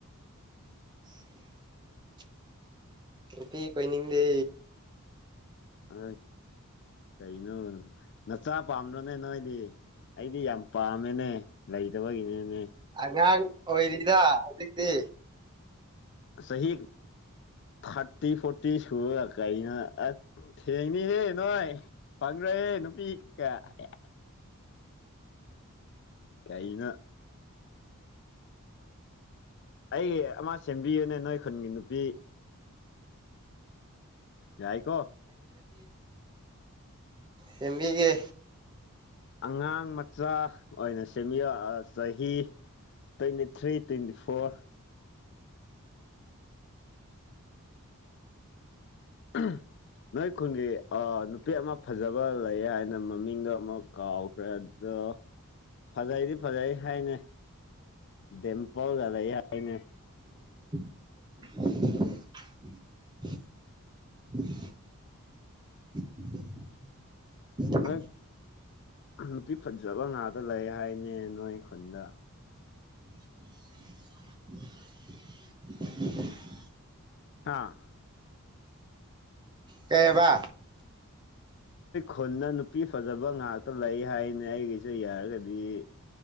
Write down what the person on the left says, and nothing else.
ꯑ ꯀꯩꯅꯣ ꯅꯆꯥ ꯄꯥꯝꯝꯕ꯭ꯔꯣꯅꯦ ꯅꯣꯏꯗꯤ ꯑꯩꯗꯤ ꯌꯥꯝ ꯄꯥꯝꯃꯦꯅꯦ ꯂꯩꯇꯕꯒꯤꯅꯅꯦ
ꯁꯍꯤ ꯐꯥꯔꯇꯤ ꯐꯣꯔꯇꯤ ꯁꯨ ꯀꯥꯏꯅ ꯑ ꯊꯦꯡꯅꯤꯍꯦ ꯅꯣꯏ ꯐꯪꯗ꯭ꯔꯣꯏꯍꯦ ꯅꯨꯄꯤ ꯀꯌꯥ ꯀꯩꯩꯅ ꯑꯩ ꯑꯃ ꯁꯦꯝꯕꯤꯌꯨꯅꯦ ꯅꯣꯏ ꯈꯨꯟꯒꯤ ꯅꯨꯄꯤ ꯌꯥꯏꯀꯣ
ꯑꯉꯥꯡ ꯃꯆꯥ ꯑꯣꯏꯅ ꯁꯦꯝꯕꯤꯔꯛ ꯆꯍꯤ ꯇ꯭ꯋꯦꯟꯇꯤ ꯊ꯭ꯔꯤ ꯇ꯭ꯋꯦꯟꯇꯤ ꯐꯣꯔ <unintelligible> ꯅꯣꯏ ꯈꯨꯟꯒꯤ ꯑ ꯅꯨꯄꯤ ꯑꯃ ꯐꯖꯕ ꯂꯩ ꯍꯥꯏꯅ ꯃꯃꯤꯡꯗꯣ ꯑꯃꯨ ꯀꯥꯎꯈ꯭ꯔꯦ ꯑꯣ ꯐꯖꯩꯗꯤ ꯐꯖꯩ ꯍꯥꯏꯅ ꯗꯦꯝꯄꯜꯒꯂ ꯍꯥꯏꯅꯦ
ꯅꯣꯏ ꯅꯨꯄꯤ ꯐꯖꯕ ꯉꯥꯛꯇ ꯂꯩ ꯍꯥꯏꯅꯦ ꯅꯣꯏ ꯈꯨꯟꯗ
ꯑꯥ
ꯈꯨꯨꯟꯅ ꯅꯨꯄꯤ ꯐꯖꯕ ꯉꯍꯥꯛ ꯂꯩ ꯍꯥꯏꯅꯦ ꯑꯩꯒꯤꯁꯨ ꯌꯥꯔꯒꯗꯤ